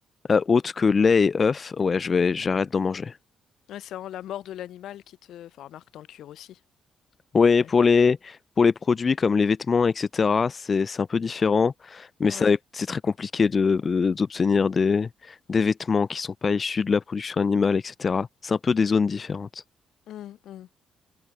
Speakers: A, on the left (about 40°); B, on the left (about 75°).
A: euh, autre que lait et œufs, ouais, je vais... j'arrête d'en manger.
B: Ouais, c'est vraiment la mort de l'animal qui te, enfin, marque dans le cuir aussi.
A: Oui,
B: Ouais.
A: pour les pour les produits comme les vêtements, etc., c'est c'est un peu différent, mais
B: Ouais.
A: ça c'est très compliqué de euh, d'obtenir des des vêtements qui sont pas issus de la production animale, etc. C'est un peu des zones différentes.
B: Hum, hum,